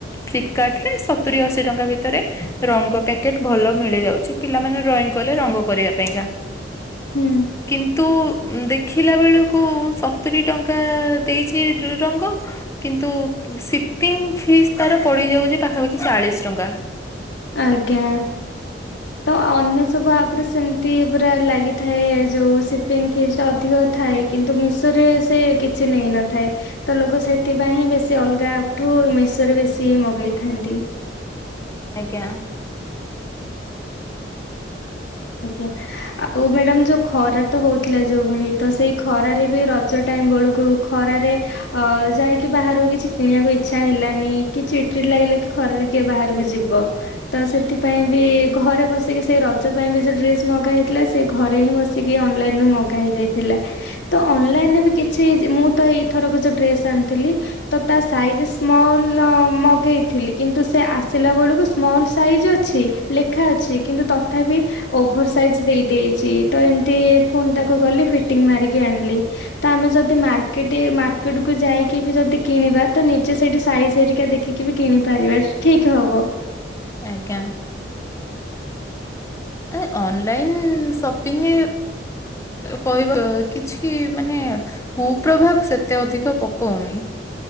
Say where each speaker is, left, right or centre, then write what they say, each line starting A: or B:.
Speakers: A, on the left (about 15°); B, on the left (about 75°).
A: ଫ୍ଲିପକାର୍ଟ ରେ ସତୁରି ଅଶୀ ଟଙ୍କା ଭିତରେ ରଙ୍ଗ କା କେଟ ଭଲ ମିଳିଯାଉଛି ପିଲାମାନେ ଡ୍ରଇଂ କଲେ ରଙ୍ଗ କରିବା ପାଇଁକା।
B: ହୁଁ।
A: କିନ୍ତୁ ଉମ ଦେଖିଲା ବେଳକୁ ସତୁରି ଟଙ୍କା ଦେଇଛି ର ରଙ୍ଗ କିନ୍ତୁ ସିପିଙ୍ଗ ଫିସ୍ ତାର ପଡ଼ିଯାଉଛି ପାଖାପାଖି ଚାଳିଶ ଟଙ୍କା।
B: ଆଜ୍ଞା। ତ ଅନ୍ୟ ସବୁ ଆପ ରେ ସେମିତି ପୁରା ଲାଗିଥାଏ ଯୋଉ ସିପିଙ୍ଗ ଫିସ୍ ଟା ଅଧିକ ଥାଏ। କିନ୍ତୁ ମିଶୋ ରେ ସେ କିଛି ନେଇନଥାଏ ତ ଲୋକ ସେ ସେଥିପାଇଁ ହିଁ ବେଶୀ ଅଲଗାଠୁ ମିଶୋ ରେ ବେଶୀ ମଗେଇଥାନ୍ତି।
A: ଆଜ୍ଞା।
B: ଆଜ୍ଞା। ଆଉ ମ୍ୟାଡାମ ଯୋଉ ଖରା ତ ହଉଥିଲା ଯୋଉ ଭଳି ତ ସେଇ ଖରାରେ ବି ର ଜ ଟାଇମ୍ ବେଳକୁ ଖରାରେ ଅ ଯାଇକି ବାହାରକୁ କିଛି କିଣିବାକୁ ଇଚ୍ଛା ହେଲାନି କି ଚିଡି ଚିଡି ଲାଗିଲା କି ଖରାରେ କିଏ ବାହାରକୁ ଯିବ। ତ ସେଥିପାଇଁ ବି ଘରେ ବସିକି ସେଇ ରଜ ପାଇଁ ବି ଯୋଉ ଡ୍ରେସ ମଗା ହେଇଥିଲା ସେ ଘରେ ହିଁ ବସିକି ଅନଲାଇନ ରୁ ମଗା ହେଇଯାଇଥିଲା। ତ ଅନଲାଇନରେ ବି କିଛି ଯ ମୁଁ ତ ଏଇଥରକ ଯୋଉ ଡ୍ରେସ ଆଣିଥିଲି। ତ ତା ସାଇଜ ସ୍ମଲ ମଗେଇଥିଲି କିନ୍ତୁ ସେ ଆସିଲା ବେଳକୁ ସ୍ମଲ ସାଇଜ ଅ ଛି। ଲେଖା ଅଛି କିନ୍ତୁ ତଥାପି ଓଭର ସାଇଜ ଦେଇ ଦେଇଛି। ତ ଏମିତି ଫୋନ୍ ଟାକୁ ଗଲି ଫିଟିଙ୍ଗ ମାରିକି ଆଣିଲି। ତ ଆମେ ଯଦି ମାର୍କେଟେ ମାର୍କେଟ କୁ ଯାଇକି ବି ଯଦି କିଣିବା। ତ ନିଜେ ସେଇଠି ସାଇଜ ହେରିକା ଦେଖିକି ବି କିଣିପାରିବା। ଠିକ ହବ।
A: ଆଜ୍ଞା। ଆଁ ଅନଲାଇନ୍ ସପିଙ୍ଗ କହିବ ଅ କିଛି ମାନେ କୁପ୍ରଭାବ ସେତେ ଅଧିକ ପକଉନି।